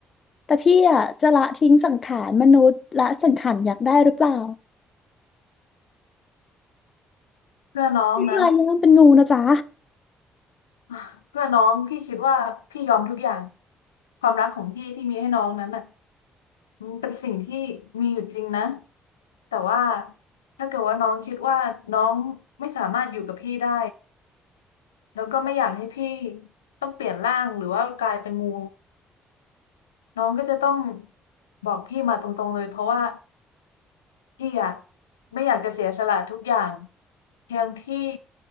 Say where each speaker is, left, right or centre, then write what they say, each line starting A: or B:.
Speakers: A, on the left; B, on the left.
A: แต่พี่อะจะละทิ้งสังขารมนุษย์ละสังขารอยากได้หรือเปล่า
B: เพื่อน้องนะ
A: พี่กลายร่างเป็นงูนะจ๊ะ
B: อ่ะเพื่อน้องพี่คิดว่าพี่ยอมทุกอย่างความรักของพี่ที่มีให้น้องนั้นน่ะมันเป็นสิ่งที่มีอยู่จริงนะแต่ว่าถ้าเกิดว่าน้องคิดว่าน้องไม่สามารถอยู่กับพี่ได้แล้วก็ไม่อยากให้พี่ต้องเปลี่ยนร่างหรือว่ากลายเป็นงูน้องก็จะต้องบอกพี่มาตรงๆเลยเพราะว่าพี่อะไม่อยากจะเสียสละทุกอย่างเพียงที่